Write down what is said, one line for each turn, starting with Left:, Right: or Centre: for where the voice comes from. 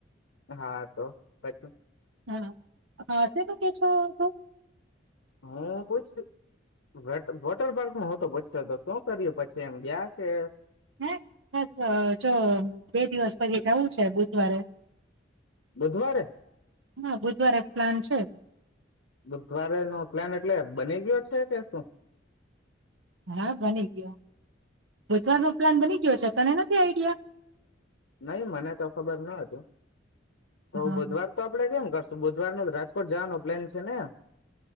Left: હા તો પછી
Right: હા હાશે તો કે છ હતું
Left: હું છ વોટ વોટર પાર્ક મા હતો તો શું કર્યું પછી એમ ગયા તે
Right: હ બસ જો બે દિવસ પછી જાવુ છે બુધવારે
Left: બુધવારે?
Right: હા બુધવારે પ્લાન છે
Left: બુધવારે નો પ્લાન એટલે બની ગયો છે કે શું
Right: હા બની ગયો બુધવાર નો પ્લાન બની ગયો છે તને નથી આઈ ઇઆ
Left: નહી મને તો ખબર ન હતુ તો
Right: હા
Left: બુધવાર તો આપડે કેમ કર બુધવાર ન રાજકોટ જવાનો પ્લાન છે ને